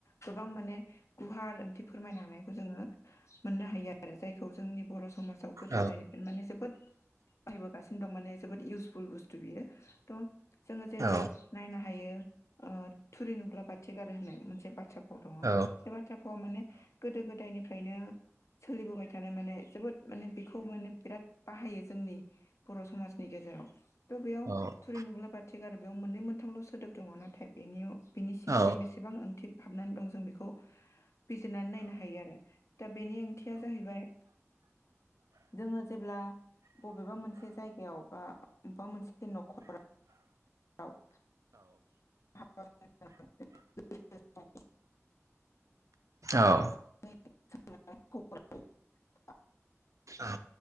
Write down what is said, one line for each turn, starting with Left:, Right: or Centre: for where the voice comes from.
Left: गोबां माने गुहार ओंथि फोरमायनो हानायखौ जोङो मोननो हायो आरो जायखौ जोंनि बर' समाज आव गोदो
Right: औ
Left: गोदायनिफ्राय माने जोबोद बाहायबोगासिनो दं माने जोबोद इउसफु बुस्थ थु बियो थह जोङो जेरै-
Right: औ
Left: नायनो हायो ओ थुरि नुब्ला बाथि गारो होननाय मोनसे बाथ्रा फाव दङ
Right: औ
Left: बे बाथ्रा फाव माने गोदो गोदायनि फ्रायनो सोलिबोबाय थानाय माने जोबोद माने बेखौ माने बिराद बाहायो जोंनि बर' समाज गेजेराव थ बेयाव
Right: औ
Left: थुरि नुब्ला बाथि गारो। बेयाव मोननै मोनथामल सोदोब दङ नाथाय बेनियाव बिनि सिङावदि
Right: औ
Left: बेसेबां ओंथि हाबनानै दं जों बेखौ बेखौ बिजिरनानै नायनो हायो आरो दा बेनि ओंथिया जाहैबाय जोङो जेब्ला बबेबा मोनसे जायगायाव बा बबेबा मोनसे नखराव <unintelligible>
Right: औ।
Left: सोंनो बा खबर लानो <inaudible>
Right: औ।